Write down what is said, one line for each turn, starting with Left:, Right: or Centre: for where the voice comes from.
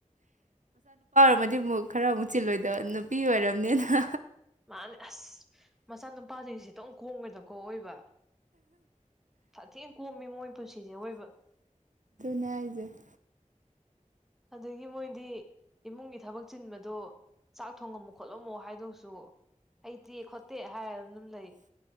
Right: ꯃ ꯑꯃꯨꯛ ꯈꯔ ꯑꯃꯨꯛ ꯆꯤꯜꯂꯣꯏꯗꯕ ꯅꯨꯄꯤ ꯑꯣꯏꯔꯕꯅꯤꯅ
Centre: ꯃꯥꯅꯤ ꯑꯁ ꯃꯆꯥ ꯅꯨꯄꯥꯁꯤꯡꯁꯦ ꯇꯣꯛ ꯈꯣꯡꯉꯗꯀꯣ ꯑꯣꯏꯕ ꯁꯥꯊꯦꯡ ꯀꯣꯝꯃꯤ ꯃꯣꯏ ꯄꯨꯟꯁꯤꯁꯦ ꯑꯣꯏꯕ
Right: ꯅꯥꯏꯖꯔ
Centre: ꯑꯗꯒꯤ ꯃꯣꯏꯗꯤ ꯏꯃꯨꯡꯒꯤ ꯊꯕꯛ ꯆꯤꯟꯕꯗꯣ ꯆꯥꯛ ꯊꯣꯡꯉꯝꯃꯨ ꯈꯣꯠꯂꯝꯃꯣ ꯍꯥꯏꯗꯧꯁꯨ ꯍꯩꯇꯦ ꯈꯣꯠꯇꯦ ꯍꯥꯏꯔꯅ ꯑꯗꯨꯝ ꯂꯩ